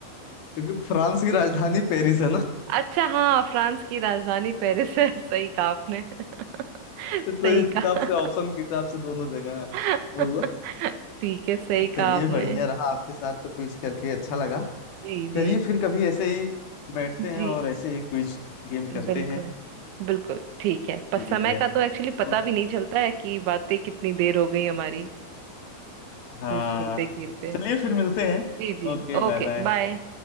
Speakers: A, on the left (about 60°); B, on the right (about 80°).
A: क्योंकि फ्रांस की राजधानी पेरिस है ना
B: अच्छा हाँ फ्रांस की राजधानी पेरिस है <laughs> सही कहा आपने <laughs> सही
A: तो इस हिसाब
B: कहा
A: से ऑप्शन के हिसाब से दोनों जगह
B: <laughs>
A: हुआ
B: ठीक है सही
A: चलिए
B: कहा आपने
A: बढ़िया रहा आपके साथ तो क्विज करके अच्छा लगा
B: जी जी
A: चलिए फिर कभी ऐसे ही बैठते हैं
B: जी
A: और ऐसे ही क्विज गेम करते
B: बिल्कुल
A: हैं
B: बिल्कुल ठीक है पर
A: ठीक
B: समय
A: है
B: का तो एक्चुअली पता
A: ओके
B: भी नहीं चलता है कि बातें कितनी देर हो गई हमारी
A: हाँ
B: क्विज खेलते खेलते
A: चलिए फिर मिलते हैं
B: जी जी
A: Okay
B: Okay
A: bye bye
B: bye